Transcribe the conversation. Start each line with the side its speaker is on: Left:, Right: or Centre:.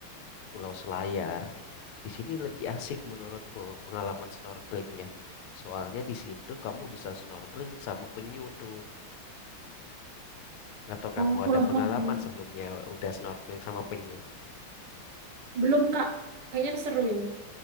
Left: Pulau Selayar. Di sini lebih asik menurutku pengalaman snorkelingnya. Soalnya di situ kamu bisa snorkeling sama penyu tuh. Atau
Right: Oh,
Left: kamu
Right: Pulau
Left: ada
Right: Sangihe.
Left: pengalaman sebelumnya udah snorkeling sama penyu?
Right: belum Kak kayaknya seru ini